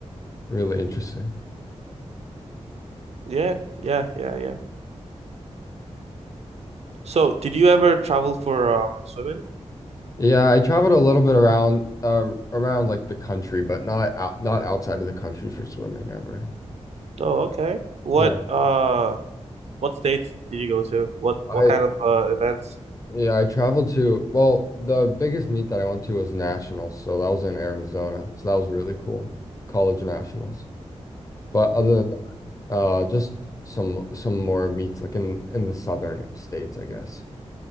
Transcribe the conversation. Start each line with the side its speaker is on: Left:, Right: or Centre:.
Left: really interesting.
Right: Yeah, yeah, yeah, yeah. So did you ever travel for um swimming?
Left: Yeah, I traveled a little bit around, uh, around like the country, but not out, not outside of the country for swimming ever.
Right: Oh, okay. What
Left: Yeah.
Right: uh what states did you go to? What
Left: I,
Right: what kind of uh events?
Left: yeah, I traveled to, well, the biggest meet that I went to was nationals, so that was in Arizona. So that was really cool. College nationals. But other Uh, just some some more meats like in in the southern states, I guess.